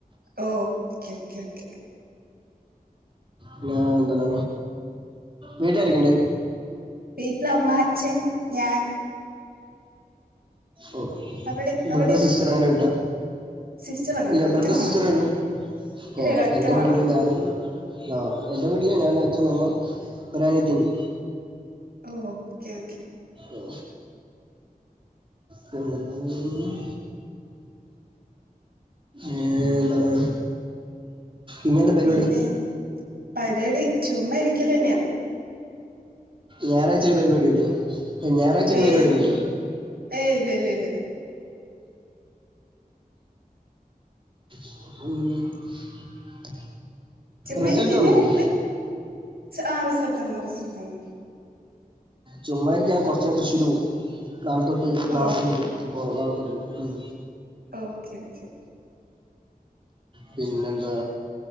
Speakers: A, on the right; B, on the right.
A: ഓ. Okay okay okay.
B: പിന്നെ എന്താണ്. വീട്ടിലാരെക്കണ്ട്?
A: വീട്ടില് അമ്മ, അച്ഛൻ, ഞാൻ.
B: ഓ.
A: അവിടെ അവിടെയോ
B: ബ്രദർ സിസ്റ്റർ അങ്ങനെ ഇല്ല.
A: സിസ്റ്റർ അങ്ങനെയല്ല
B: അല്ല.
A: ഒറ്റമോള
B: ബ്രദർ സിസ്റ്റർല്ല.
A: ഇല്ലല്ല
B: ഏ.
A: ഒറ്റമോള
B: എന്റെ വീട്ടില് ഞാന് ആ. എന്റെ വീട്ടില് ഞാൻ അച്ഛൻ, അമ്മ, ഒരനിയത്തിണ്ട്.
A: ഓ. Okay okay.
B: ഓ. പിന്നെ. ഉം. ഏ. എന്താണ് ഇന്നെന്താ പരിപാടി.
A: പിന്നെ പരിപാടി ചുമ്മ ഇരിക്കലന്നെയാ.
B: ഞായറാഴ്ച്ച ഒരു പരിപാടില്ലേ. ഞായറാഴ്ച്ച ഒരു
A: ഏയ്
B: പരിപാടി ഒന്നുല്ലേ.
A: ഏയ്. ഇല്ല ഇല്ല ഇല്ല.
B: ഉം.
A: ചുമ്മയിരിക്കന്നെ
B: റിസൾട്ട് വന്നില്ലേ
A: വീട്ടില്. ആ റിസൾട്ട് വന്ന് റിസൾട്ട് വന്ന്.
B: ചുമ്മായിരിക്ക. ഞാൻ കൊർച്ചയ്ഞ തൃശ്ശൂര് പോവും. നാളെ തൊട്ട് ക്ലാസുണ്ട്.
A: ഓ
B: അപ്പൊ നാളെ തൊട്ട് പോവും.
A: ഓക്കെ. ഓക്കേ.
B: പിന്നെന്താ.